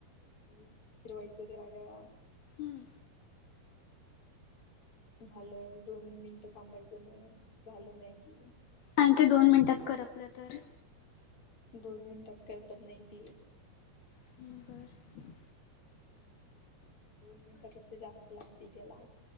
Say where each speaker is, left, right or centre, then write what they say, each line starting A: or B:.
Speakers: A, on the left; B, on the left.
A: आणि फिरवायचं गरागरा.
B: हम्म.
A: झालं दोन मिनटं थांबायचं मग झालं मॅगी.
B: आणि ते दोन मिनिटात करपलं तर?
A: दोन मिनिटात करपत नाही ते.
B: बरं
A: दोन मिनिटापेक्षा जास्त लागती, त्याला.